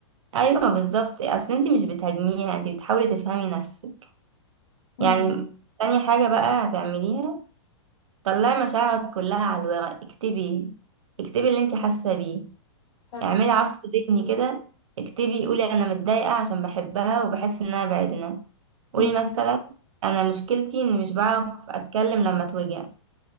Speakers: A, on the right; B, on the left.
A: ايوه بالظبط اصل انت مش بتهاجميها انت بتحاولي تفهمي نفسك
B: مم.
A: يعني تاني حاجه بقى هتعمليها طلعي مشاعرك كلها على الورق اكتبي اكتبي اللي انت حاسه بيه
B: حلو
A: اعملي عصف ذهني كده اكتبي قولي انا متضايقة عشان بحبها وبحس انها بعدنا قولي
B: مم.
A: مثلا انا مشكلتي اني مش بعرف اتكلم لما اتوجع